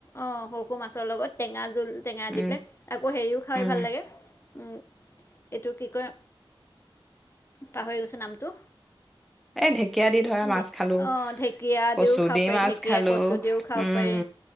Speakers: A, on the left; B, in the centre.
A: অ সৰু - সৰু মাছৰ লগত টেঙা জোল টেঙা
B: উম
A: দি পেলাই আকৌ হেৰিও খাই
B: উম
A: ভাল লাগে উম এইটো কি কয় পাহৰি গৈছোঁ নামটো।
B: এই ঢেকীয়া দি ধৰা মাছ
A: ঢে
B: খালো
A: অ ঢেকীয়া
B: কচু
A: দিওঁ খাব
B: দি
A: পাৰি,
B: মাছ
A: ঢেকীয়া,
B: খালো
A: কচু দিও খাব
B: উম
A: পাৰি।